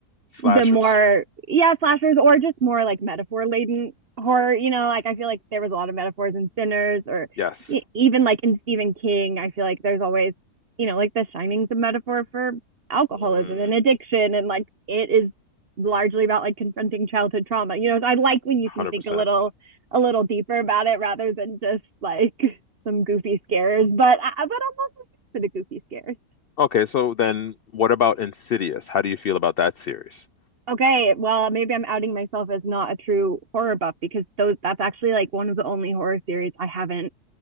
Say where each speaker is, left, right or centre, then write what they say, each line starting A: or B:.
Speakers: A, on the left; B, on the right.
A: Slashers.
B: the more yeah slashers or just more like metaphor laden horror you know like i feel like there was a lot of metaphors in sinners or
A: Yes.
B: e- even like in stephen king i feel like there's always you know like the shining's a metaphor for alcoholism
A: Mm,
B: and addiction and like it is largely about like confronting childhood trauma you know So i like when you
A: 100%.
B: can think a little a little deeper about it rather than just like <laughs> some goofy scares but i but i'm also for the goofy scares
A: Okay, so then what about Insidious? How do you feel about that series?
B: Okay, well, maybe I'm outing myself as not a true horror buff because those that's actually like one of the only horror series I haven't